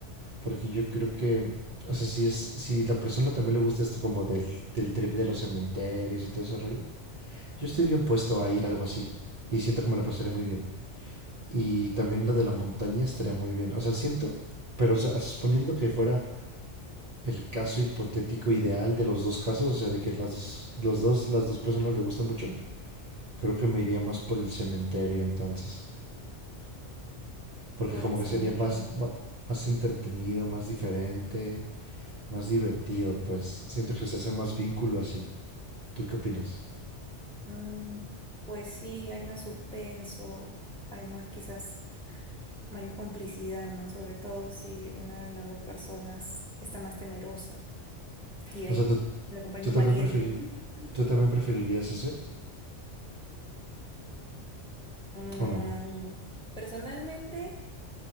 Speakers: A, on the right; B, in the centre.
A: Porque yo creo que, o sea, si, es, si la persona también le gusta esto como del, del trip de los cementerios y todo ese rollo. Yo estoy
B: ¿no?
A: bien puesto a ir a algo así y siento que me lo pasaré muy bien. Y también lo de la montaña estaría muy bien. O sea, siento, pero o sea, suponiendo que fuera el caso hipotético ideal de los dos casos, o sea, de que las dos, los dos, las dos personas le gustan mucho, creo que me iría más por el cementerio entonces. Porque
B: Por
A: como
B: el cementerio.
A: que sería más, ma- más entretenido, más diferente, más divertido, pues siento que se hace más vínculo así. ¿Tú qué opinas?
B: Mm, pues sí, hay más suspenso, hay más quizás mayor complicidad, ¿no? Sobre todo si una de las dos personas está más temerosa y ahí
A: O sea, ¿tú,
B: le acompaña
A: tú
B: un
A: también,
B: valiente.
A: preferir,
B: <laughs>
A: ¿tú también preferirías ese
B: Mm,
A: o no?
B: personalmente...